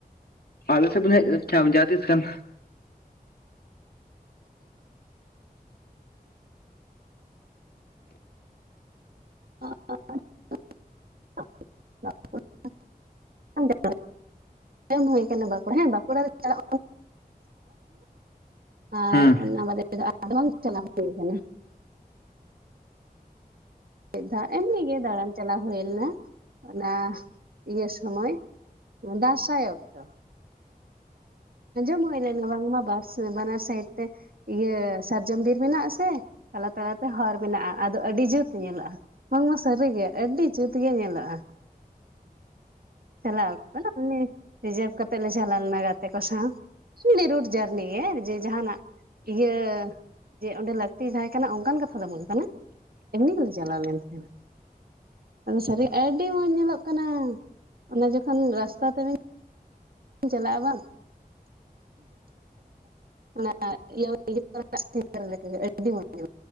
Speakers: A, on the left; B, on the right.
A: ᱟᱞᱮ ᱥᱮᱫ ᱵᱮᱱ ᱦᱮᱡ ᱠᱷᱟ ᱢᱟᱦᱟ ᱛᱤᱥ ᱠᱷᱟᱱ
B: <unintelligible> ᱮᱢ ᱦᱩᱭ ᱟᱠᱟᱱᱟ ᱵᱟᱸᱠᱩᱲᱟ ᱮᱸ ᱵᱟᱸᱠᱩᱲᱟ ᱨᱮ ᱪᱟ ᱞᱟ ᱟᱨ
A: ᱦᱮᱸ
B: ᱚᱱᱟ ᱵᱟᱫᱮ ᱟᱫᱚ ᱵᱟᱝ ᱪᱟᱞᱟᱣ ᱦᱩᱭᱩ ᱠᱟᱱᱟ ᱢᱤᱫ ᱫᱷᱟᱣ ᱮᱢᱱᱤ ᱜᱮ ᱫᱟᱲᱟᱱ ᱪᱟᱞᱟᱣ ᱦᱩᱭ ᱞᱮᱱᱟ ᱚᱱᱟ ᱤᱭᱟᱹ ᱥᱢᱚᱭ ᱫᱟᱸᱥᱟᱭ ᱚᱠᱛᱚ ᱟᱱᱡᱚᱢ ᱩᱭ ᱞᱮᱱᱟ ᱵᱟᱝ ᱢᱟᱝᱢᱟ ᱵᱟᱨ ᱥᱮ ᱵᱟᱱᱟᱨ ᱥᱟᱭᱤᱰ ᱛᱮ ᱤᱭᱟᱹ ᱥᱟᱨᱡᱚᱢ ᱵᱤᱨ ᱢᱮᱱᱟᱜ ᱟᱥᱮ ᱛᱟᱞᱟ ᱛᱟᱞᱟ ᱛᱮ ᱦᱚᱨ ᱢᱮᱱᱟᱜ-ᱟ ᱟᱫᱚ ᱟᱹᱰᱤ ᱡᱩᱛ ᱧᱮᱞᱚᱜ-ᱟ ᱵᱟᱝᱢᱟ ᱥᱟᱹᱨᱤᱜᱮ ᱟᱹᱰᱤ ᱡᱩᱛ ᱜᱮ ᱧᱮᱞᱚᱜᱼᱟ ᱾ ᱪᱟᱞᱟᱣ ᱚᱠᱛᱚ ᱩᱱᱤ ᱨᱤᱡᱟᱹᱵᱷ ᱠᱟᱛᱮᱜ ᱞᱮ ᱪᱟᱞᱟᱣ ᱞᱮᱱᱟ ᱜᱟᱛᱮ ᱠᱚ ᱥᱟᱶ ᱾ ᱮᱢᱱᱤ ᱨᱩᱴ ᱡᱟᱨᱱᱤᱮ ᱜᱮ ᱡᱮ ᱡᱟᱦᱟᱱᱟᱜ ᱤᱭᱟᱹ ᱡᱮ ᱚᱸᱰᱮ ᱞᱟᱹᱠᱛᱤ ᱛᱟᱦᱮᱸ ᱠᱟᱱᱟ ᱚᱱᱠᱟᱱ ᱠᱟᱛᱷᱟ ᱫᱚ ᱵᱟᱝ ᱠᱟᱱᱟ ᱮᱢᱱᱤ ᱜᱮᱞᱮ ᱪᱟᱞᱟᱣ ᱞᱮᱱ ᱛᱟᱦᱮᱸᱱᱟ ᱟᱫᱚ ᱥᱟᱹᱨᱤ ᱟᱹᱰᱤ ᱢᱚᱸᱡᱽ ᱧᱮᱞᱚᱜ ᱠᱟᱱᱟ ᱾ ᱚᱱᱟ ᱡᱚᱠᱷᱚᱱ ᱨᱟᱥᱛᱟ ᱛᱮᱵᱤᱱ ᱪᱟᱞᱟᱜ-ᱟ ᱵᱟᱝ ᱚᱱᱟ <unintelligible> ᱟᱹᱰᱤ ᱢᱚᱡ ᱧᱮᱞᱚᱜ-ᱟ